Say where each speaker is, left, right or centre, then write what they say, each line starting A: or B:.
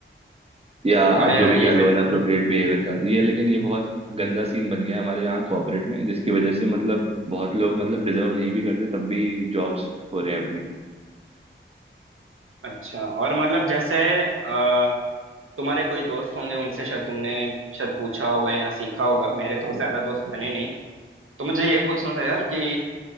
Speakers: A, on the right; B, on the right.
A: या आप
B: हाँ यार
A: जो भी
B: ये
A: कह
B: मैं
A: लो इनअप्रोप्रिएट बिहेवियर का ये लेकिन ये बहुत गंदा सीन बन गया है हमारे यहाँ कॉर्पोरेट में जिसकी वजह से मतलब बहुत लोग मतलब डिजर्व नहीं भी करते तब भी जॉब्स खो रहे हैं
B: अच्छा और मतलब जैसे अ, तुम्हारे कोई दोस्त होंगे उनसे शायद तुमने शायद पूछा होगा या सीखा होगा मेरे तो ज्यादा दोस्त बने नहीं तो मुझे ये पूछना था यार कि